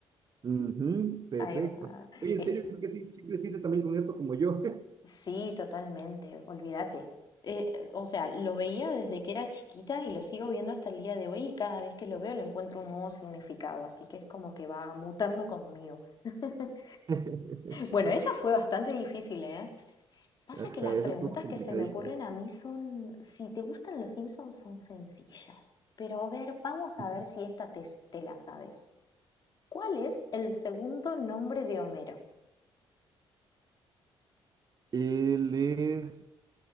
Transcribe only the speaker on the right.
Ujú, perfecto.
Oye, en
serio, creo que sí, sí creciste también con esto como yo.
<laughs>
Ajá,
eso
estuvo complicadita.
<laughs>
Él es.